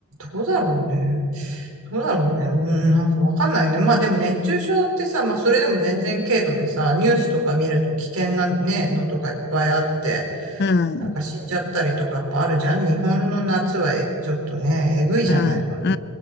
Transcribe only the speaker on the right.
どうだろうね。どうだろうね。うん、なんかわかんないね。まあでも熱中症ってさ、まあそれでも全然軽度でさ、ニュースとか見ると危険なね、のとかいっぱいあって、
なんか死んじゃったりとかやっぱあるじゃん。日本の夏はえちょっとね、えぐいじゃない。
ほん